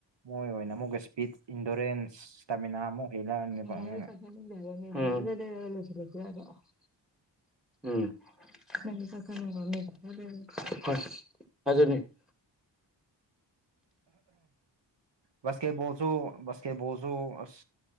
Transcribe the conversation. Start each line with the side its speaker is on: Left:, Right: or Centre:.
Right: ꯃꯣꯏ ꯑꯣꯏꯅ ꯑꯃꯨꯛꯀ ꯏꯁꯄꯤꯠ ꯏꯟꯗꯨꯔꯦꯟꯁ ꯏꯁꯇꯔꯃꯤꯅꯥ ꯑꯃꯨꯛ ꯍꯦꯜꯂꯛꯑꯅꯦꯕ
Centre: <unintelligible>
Right: ꯃꯣꯏꯅ
Centre: ꯎꯝ ꯍ‌ꯣꯏ ꯑꯗꯨꯅꯦ
Right: ꯕꯥꯁꯀꯦꯠꯕꯣꯜꯁꯨ ꯕꯥꯁꯀꯦꯠꯕꯣꯜꯁꯨ ꯑꯁ